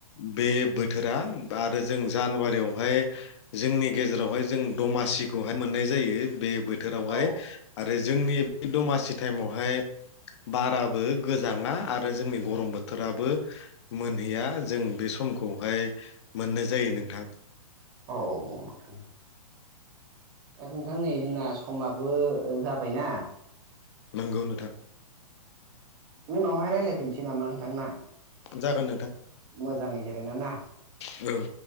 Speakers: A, on the left; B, on the right.
A: बे बोथोरा आरो जों जानुवारियावहाय जोंनि गेजेरावहाय जों दमासिखौहाय मोननाय जायो बे बोथोरावहाय
B: औ
A: आरो जोंनि बै दमासि टाइमावहाय बाराबो गोजाङा आरो जोंनि गरम बोथोराबो मोनहैया जों बे समखौहाय मोननाय जायो नोंथां
B: औ नोंथां दा नोंथां नै जोंना समाबो जाबायनाा
A: नोंगौ नों
B: उनावहाय रायजलायफिनसै नामा नोंथांना
A: जागोन
B: मोजाङै जिरायना
A: औ